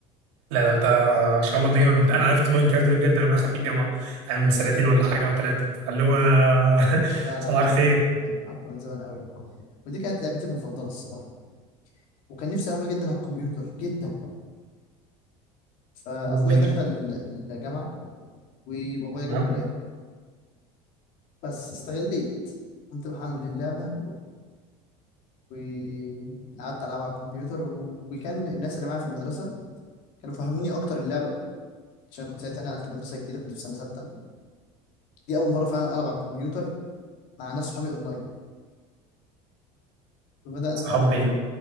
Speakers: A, on the right; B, on the left.
A: لا ده انت ان شاء الله انت جايبها من... انا عرفت ماين كرافت دي بجد لما دخلت الجامعه يعني من سنتين ولا حاجه او ثلاثه اللي هو <laughs>
B: لا لا
A: صباح
B: اعرف
A: الخير
B: اعرف من زمان قوي ودي كانت لعبتي المفضله الصراحه وكان نفسي العبها جدا على الكمبيوتر جدا فاخويا
A: وال...
B: دخل الجامعه وبابايا
A: تمام
B: جاب له لاب بس استغليت قمت محمل اللعبه وقعدت العبها على الكمبيوتر و... وكان الناس اللي معايا في المدرسه كانوا فهموني اكتر اللعبه عشان كنت ساعتها نقلت مدرسه جديده كنت في سنه سته دي اول مره فعلا العب على الكمبيوتر مع ناس صحابي اونلاين وبدأنا
A: صحاب
B: فعلا
A: ال...